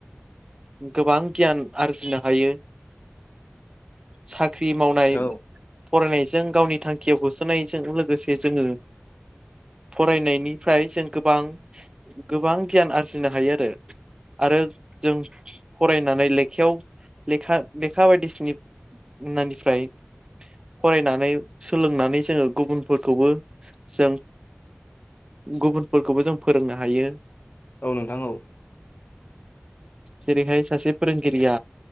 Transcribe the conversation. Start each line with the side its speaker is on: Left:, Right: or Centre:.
Right: गोबां गियान आरजिनो हायो। साख्रि मावनाय
Left: औ
Right: फरायनायजों गावनि थांखियाव होसोनायजों लोगोसे जोङो। फरायनायनिफ्राय जों गोबां गोबां गियान आरजिनो हायो आरो आरो जों फरायनानै लेखायाव लेखा लेखा बायदिसिनि उनानिफ्राय फरायनानै सोलोंनानै जोङो गुबुनफोरखौबो जों गुबुनफोरखौबो जों फोरोंनो हायो।
Left: औ नोंथां औ
Right: जेरैहाय सासे फोरोंगिरिया